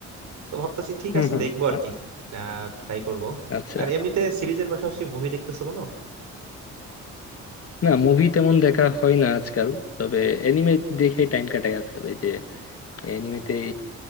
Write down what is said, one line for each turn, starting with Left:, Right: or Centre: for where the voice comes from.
Right: তো ভাবতেছি ঠিক
Left: হুম
Right: আছে
Left: হুম
Right: দেখবো
Left: হুম
Right: আর কি ট্রাই করবো
Left: আচ্ছা
Right: আর এমনিতে সিরিজের পাশাপাশি মুভি দেখতেছো কোনো
Left: না মুভি তেমন দেখা হয় না আজকাল তবে এনিমে দেখে টাইম কাটাই আজকাল এই যে এনিমেতেই